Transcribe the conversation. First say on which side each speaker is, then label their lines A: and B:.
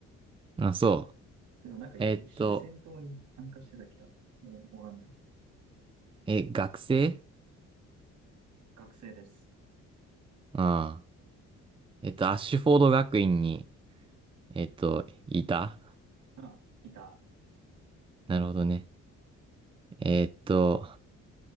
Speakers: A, on the right (about 20°); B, on the right (about 70°).
A: あ、そ
B: でもなんか一瞬戦闘に参加してた気が、
A: う。えっと、
B: いやわかんないわ。
A: え、学生
B: 学生です。
A: ああえっと、アッシュフォード学院に、えっと、いた
B: うん、いた。
A: なるほどね。えっと、